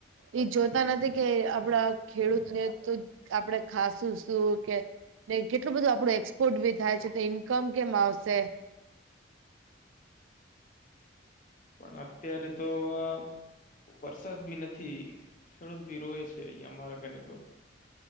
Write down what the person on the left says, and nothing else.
પણ અત્યારે તો આ વરસાદ ભી નથી. ખેડૂત ભી રોવે છે અહિયાં અમારા કને તો.